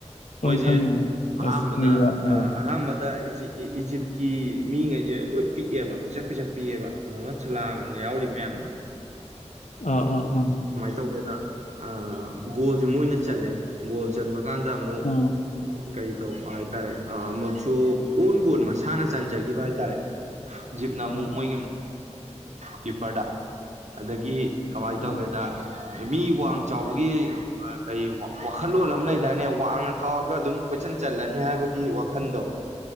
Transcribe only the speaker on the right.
ꯃꯣꯏꯁꯦ
ꯑꯍꯥꯟꯕꯗ
ꯑ ꯑꯍꯥꯟꯕ ꯇ ꯏꯖꯤ ꯏꯖꯤꯞꯀꯤ ꯃꯤꯉꯩꯁꯦ ꯂꯣꯏ ꯄꯤꯛꯑꯦꯕ ꯄꯤꯁꯛ-ꯄꯤꯁꯛ ꯄꯤꯛꯑꯦꯕ ꯃꯣꯍꯃꯠ ꯁꯂꯥꯝꯒ ꯌꯥꯎꯔꯤ ꯃꯌꯥꯝꯗꯣ꯫
ꯇꯧꯋꯦꯗ ꯑ ꯒꯣꯜꯁꯦ ꯃꯣꯏꯅ ꯆꯜꯂꯦ ꯒꯣꯜ ꯆꯟꯕ ꯀꯥꯟꯗ ꯑꯃꯨꯛ
ꯀꯩ ꯇꯧꯕ ꯍꯥꯏꯇꯥꯔꯦ ꯑꯃꯨꯛꯁꯨ ꯑꯣꯟ ꯀꯣꯟ ꯃꯁꯥꯅ ꯆꯟꯖꯈꯤꯕ ꯍꯥꯏꯇꯥꯔꯦ꯫ ꯖꯤꯞꯅ ꯑꯃꯨꯛ
ꯃꯣꯏꯒꯤ
ꯀꯤꯄꯥꯔꯗ꯫ ꯑꯗꯒꯤ ꯀꯃꯥꯏꯅ
ꯇꯧꯒꯦꯗ ꯃꯤ ꯋꯥꯡ ꯆꯥꯎꯕꯒꯤ ꯀꯔꯤ ꯋꯥꯈꯜꯂꯣꯟ ꯑꯃ ꯂꯩꯗꯥꯏꯅꯦ ꯋꯥꯡꯅ ꯀꯥꯎꯔꯒ ꯑꯗꯨꯝ ꯀꯣꯏꯆꯥꯟ ꯆꯜꯂꯅꯤ ꯍꯥꯏꯕꯒꯤ ꯋꯥꯈꯟꯗꯣ꯫